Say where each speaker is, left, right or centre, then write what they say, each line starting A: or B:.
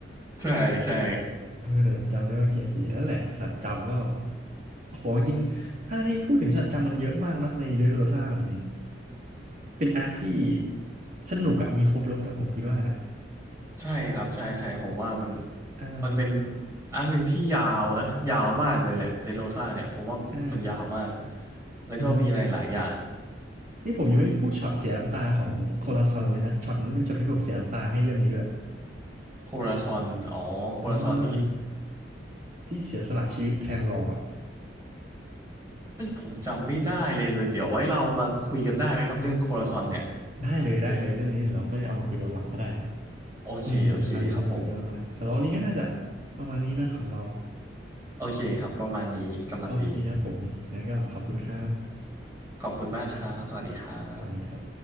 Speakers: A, on the right; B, on the right.
A: ใช่ใช่
B: เออแต่จำได้ว่าเกียร์สี่นั่นแหละช็อตจำก็โอ้โหจริงๆถ้าให้พูดถึงช็อตจำมันเยอะมากนะในเดโรซ่ามันเป็นอาร์คที่สนุกอะมีครบรสอะผมคิดว่านะ
A: ใช่ครับใช่ใช่ผมว่ามัน
B: อ่า
A: มันเป็นอันหนึ่งที่ยาวนะยาวมากเลยแหละเตโรซ่าเนี่ยผมว่ามันมันยาวมาก
B: ใช่
A: แล้วก็มีอะไรหลายอย่าง
B: อือฮึนี่ผมยังไม่พูดช็อตเสียน้ำตาของโคลาซอนเลยนะช็อตนั้นเป็นช็อตที่ผมเสียน้ำตาให้เรื่องนี้ด้วย
A: โคราซอนอ๋อโคราซอนนี่
B: อ่าที่เสียสละชีวิตแทนรออะ
A: เอ้ยผมจำไม่ได้เลยเดี๋ยวไว้เรามาคุยกันได้ไหมครับเรื่องโคราซอนเนี่ย
B: ได้เลยได้เลยเรื่องนี้เดี๋ยวเราค่อยเอามาคุยตอนหลังก็ได้ครับ
A: โอเคโอเคครับผม
B: อืมอืมอันนี้เป็นสุดยอดมากสำหรับวันนี้ก็น่าจะประมาณนี้นะของเรา
A: โอเคครับประมาณนี้กำลังดี
B: โอเคครับผมงั้นก็ขอบคุณครับ
A: ขอบคุณมากครับสวัสดีครับ
B: สวัสดีครับ